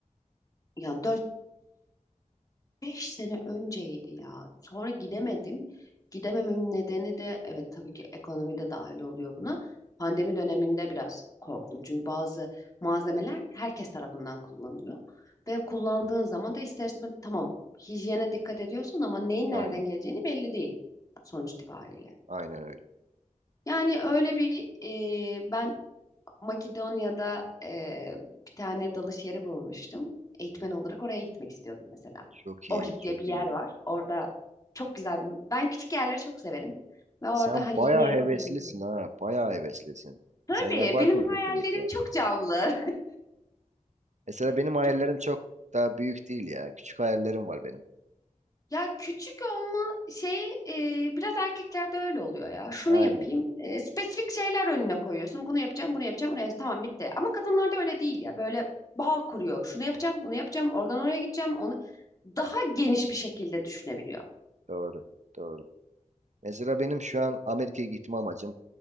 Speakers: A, on the left; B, on the right.
A: yani dört Beş sene önceydi ya. Sonra gidemedim. Gidemememin nedeni de evet tabii ki ekonomi de dahil oluyor buna. Pandemi döneminde biraz korktum. Çünkü bazı malzemeler herkes tarafından kullanılıyor. Ve kullandığın zaman da ister istemez tamam hijyene dikkat ediyorsun ama neyin
B: Aynen.
A: nereden geleceğini belli değil sonuç itibariyle.
B: Aynen öyle.
A: Yani öyle bir e, ben Makedonya'da e, bir tane dalış yeri bulmuştum. Eğitmen olarak oraya gitmek istiyordum mesela.
B: Çok
A: Ohrid
B: iyi.
A: diye
B: Çok
A: bir yer
B: iyi.
A: var. Orada çok güzel bir... Ben küçük yerleri çok severim. Ve orada
B: Sen
A: hani
B: bayağı
A: yine yapabilirim
B: heveslisin
A: diye.
B: ha. Bayağı heveslisin.
A: Tabii
B: Sen yaparsın
A: benim
B: kesinlikle.
A: hayallerim çok canlı.
B: Mesela benim
A: <laughs>
B: hayallerim çok daha büyük değil ya. Küçük hayallerim var benim.
A: Ya küçük olma şeyi e, biraz erkeklerde öyle oluyor ya. Şunu
B: Aynen.
A: yapayım. E, spesifik şeyler önüne koyuyorsun. Bunu yapacağım, bunu yapacağım, bunu yapacağım. Tamam bitti. Ama kadınlarda öyle değil ya. Böyle bağ kuruyor. Şunu yapacağım, bunu yapacağım. Oradan oraya gideceğim. Onu daha geniş bir şekilde düşünebiliyor.
B: Doğru. Doğru. Mesela benim şu an Amerika'ya gitme amacım